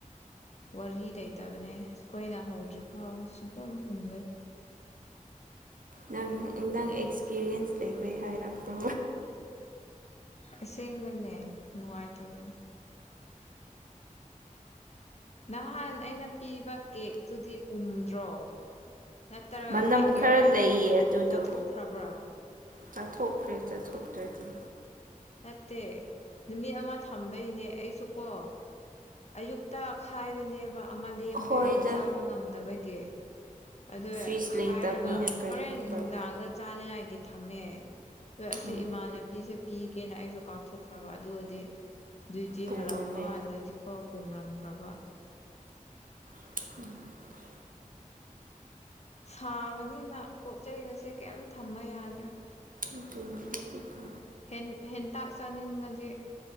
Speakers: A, on the left; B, on the right.
A: ꯋꯥꯔꯤ ꯂꯩꯇꯕꯅꯦ ꯑꯩꯈꯣꯏꯅ ꯍꯧꯗ꯭ꯔꯤ ꯐꯥꯎ ꯁꯨꯡꯈꯨꯝ ꯈꯨꯝꯗꯦ
B: ꯅꯪ ꯅꯪ ꯑꯦꯛꯁꯄꯤꯔꯤꯌꯦꯟꯁ ꯂꯩꯕꯩ ꯍꯥꯏꯔꯛꯄ꯭ꯔꯣ
A: ꯑꯁꯦꯡꯕꯅꯦ ꯅꯨꯡꯉꯥꯏꯇꯕꯅꯦ ꯅꯍꯥꯟ ꯑꯩꯅ ꯄꯤꯕ ꯀꯦꯛꯇꯨꯗꯤ ꯄꯨꯝꯗ꯭ꯔꯣ ꯅꯠꯇ꯭ꯔ
B: ꯃꯅꯝ
A: ꯍꯦꯛ
B: ꯈꯔ
A: ꯌꯥꯎꯔ
B: ꯂꯩꯌꯦ ꯑꯗꯨꯗꯣ
A: ꯆꯥꯊꯣꯛꯈ꯭ꯔꯕ꯭ꯔꯥ
B: ꯆꯥꯊꯣꯛꯈ꯭ꯔꯦ ꯆꯠꯊꯣꯛꯇ꯭ꯔꯗꯤ
A: ꯅꯠꯇꯦ ꯅꯨꯃꯤꯠ ꯑꯃ ꯊꯝꯕꯩꯅꯦ ꯑꯩꯁꯨꯀꯣ ꯑꯌꯨꯛꯇ ꯈꯥꯏꯕꯅꯦꯕ ꯑꯃ ꯂꯦꯝꯕꯒꯤꯀꯣ
B: ꯍꯣꯏꯗ
A: ꯆꯥꯕ ꯉꯝꯗꯕꯒꯤ ꯑꯗꯨꯏ
B: ꯐ꯭ꯔꯤꯖ
A: ꯈꯥꯏꯔꯒ
B: ꯂꯩꯇꯕꯅꯤꯅ ꯀꯔꯤ
A: ꯍꯣꯔꯦꯟ
B: ꯎꯄꯥꯏ
A: ꯅꯨꯡꯗꯥꯡꯗ ꯆꯥꯅꯤꯉꯥꯏꯒꯤ ꯊꯝꯃꯦ ꯑꯗꯣ ꯑꯁꯤ
B: ꯎꯝ
A: ꯏꯃꯥꯟꯅꯕꯤꯁꯦ ꯄꯤ ꯀꯦꯅ ꯑꯩꯁꯨ ꯀꯥꯎꯊꯣꯛꯈ꯭ꯔꯕ ꯑꯗꯨꯒꯗꯤ ꯗ꯭ꯌꯏꯇꯤ
B: ꯄꯨꯝꯃꯝꯃꯦ
A: ꯍꯜꯂꯛꯄ ꯀꯥꯟꯗꯗꯤꯀꯣ ꯄꯨꯝꯔꯝ ꯈ꯭ꯔꯕ
B: <inaudible>
A: ꯁꯥꯕꯅꯤꯅ ꯄꯣꯠ ꯆꯩꯩꯒꯁꯦ ꯀꯩꯝ ꯊꯝꯕ ꯌꯥꯗ꯭ꯔꯦ
B: ꯑꯗꯨꯕꯨꯗꯤꯀꯣ
A: ꯍꯦꯟ ꯍꯦꯟꯇꯥꯛ ꯆꯥꯅꯤꯡꯅꯗꯤ